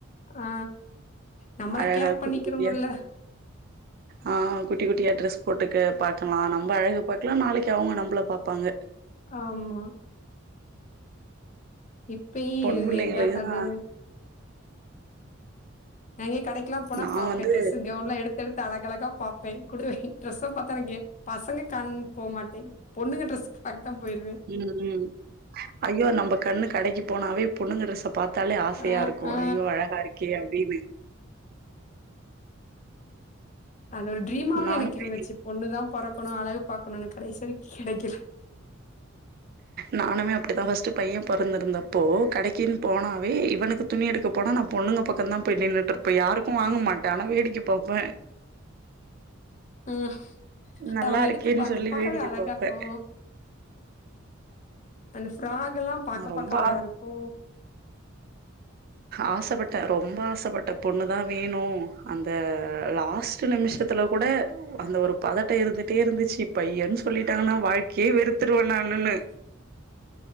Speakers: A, on the left; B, on the right.
A: ஆ நம்மள
B: அழகா
A: கேர் பண்ணிக்கிறவங்கல்ல
B: குட்டி குட்டியா ஆ குட்டி குட்டியா ட்ரெஸ் போட்டுக்கு பாக்கலா நம்ப அழகு பாக்லா நாளைக்கு அவுங்க நம்ப்ள பாப்பாங்க
A: ஆமா இப்பயி
B: பொண்
A: இதேதா
B: பிள்ளைங்களுக்கு
A: அது
B: தான்
A: நாங்கே கடைக்கல்லா போனா
B: நான்
A: பாப்பே
B: வந்து
A: ட்ரெஸ்ஸு கவுன்லா எடு தெடுத்து அழக அழகா பாப்பே குடுவே ட்ரெஸ்ஸ பாத்தாலுகே பசங்க கண் போ மாட்டே பொண்ணுங்க ட்ரெஸ்ஸுக்கு அர்த்தம் போய்ர்
B: ம் ம் ஐயோ நம்ப கண்ணு கடைக்கி போனாவே பொண்ணுங்க ட்ரெஸ்ஸ பாத்தாலே ஆசயா
A: ஆ
B: இருக்கு
A: ஆ
B: ஐயோ அழகா இருக்கே அப்டின்னு
A: அது ஒரு ட்ரீமாவே
B: நானுமே
A: எனக் இருந்துச்சி பொண்ணு தா பொறக்கணு அழகு பாக்கணு ஆனா கடைசி வரைக் கெடைக்கல
B: நானுமே அப்டித்தா ஃபஸ்ட்டு பையன் பொறந்திருந்தப்போ கடைக்கின் போனாவே இவனுக்குத் துணி எடுக்க போனா நா பொண்ணுங்க பக்கன்தா போய் நின்னுட்டுருப்பே யாருக்கு வாங்க மாட்டே ஆனா வேடிக்க பாப்பே
A: ம்
B: நல்லா
A: அவ்ங்க
B: இருக்கேன்னு
A: எடுத்துப்பா அந்த
B: சொல்லி
A: பார்வ
B: வேடிக்க
A: அழகா
B: பாப்பே
A: ரூ அந்த ஃப்ராக் எல்லா பாக்க
B: ரொம்ப
A: பாக்க அழகா
B: ஆ
A: ருக்கு
B: ஆசபட்ட ரொம்ப ஆசபட்ட பொண்ணு தா வேணு அந்த லாஸ் து நிமிஷத்துல கூட அந்த ஒரு பதட்ட இருந்துட்டே இருந்துச்சி பையன் சொல்லிட்டாங்கன்னா வாழ்க்கையே வெறுத்துருவே நானுன்னு